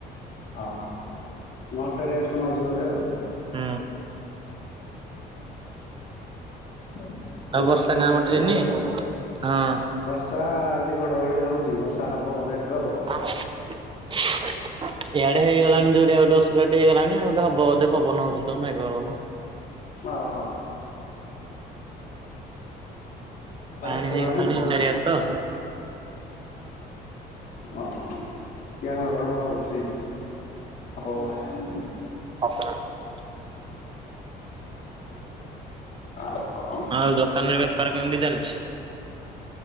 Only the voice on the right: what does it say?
ହୁଁ।
ଆଉ ବର୍ଷା
କାଁ
ପଟେ ହେଇନି?
ହଁ।
ହଁ। ଏଇଆଡେ ହେଇଗଲାଣି ଯୋରିିଆ ଗୋଟେ ଅସରେଟ ହେଇଗଲାଣି। ଆଉ ଗୋଟେ ହବ ବୋଧେ ପବନ ହଉଛି ତ ମେଘ ପବନ।
ପାଣି
ଚାରିଆଡେ ତ।
ହ <unintelligible>
ହଁ ଆଉ ଦୋକାନରେ ବେପାର କେମିତି ଚାଲିଛି।